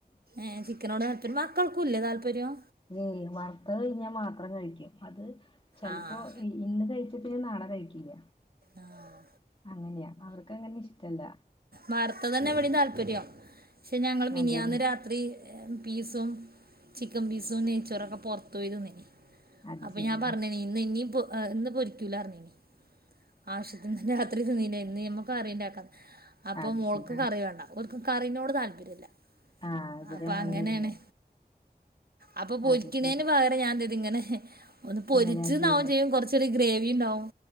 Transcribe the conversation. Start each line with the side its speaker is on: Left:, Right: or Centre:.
Right: ഏഹ്ചിക്കനോട്താല്പര്യം മക്കൾക്കൂല്ലേ താല്പര്യം
Left: ഏഹ് വറുത്തഴിഞ്ഞാമാത്രം കഴിക്കുംഅത് ചെലപ്പോ
Right: ആ
Left: ഇന്ന്കഴിച്ചാപിന്നെനാളെകഴിക്കില്ല
Right: ആഹ്
Left: അങ്ങനെയാഅവർക്കങ്ങനെ ഇഷ്ടല്ല
Right: വാർത്തതന്നെ ഇവിടെതാല്പര്യം പക്ഷെഞങ്ങള്മിനിയാന്ന്
Left: അതെല്ലേ
Right: രാ ത്രിപീസുംചിക്കൻപീസും നെയ്ച്ചോറൊക്കെ പുറത്ത് പോയി തിന്നീനി
Left: അത്
Right: അപ്പൊഞാൻപറഞ്ഞേനിഇന്ന്ഇനീപ്പോഇന്ന്പൊരിക്കൂലന്നർഞ്ഞേനി
Left: ശെരി
Right: ആവശ്യത്തിനിരാത്രിതിന്നീലേയ്ന്ന് നമ്മുക്കറിണ്ടാക്കാം അപ്പമോൾക്ക്
Left: അത് ശെരി
Right: കറിവേണ്ട ഒര്ക്ക്‌കറിനോട്താല്പര്യല്ലഅപ്പൊ
Left: ആഹ് ഇവിടെ അങ്ങനെ
Right: അങ്ങനെയാണ്
Left: തന്നെയാ
Right: അപ്പൊപൊരിക്കണതിന്പകരം
Left: അത് ശെരി
Right: ഞാൻഇതിങ്ങനെഒന്ന്പൊരിച്ച്
Left: ഇങ്ങനെ ആക്കീല്ലേ
Right: ന്നാവുംചെയ്യും കൊറച്ച് ഒരു ഗ്രേവീണ്ടാവും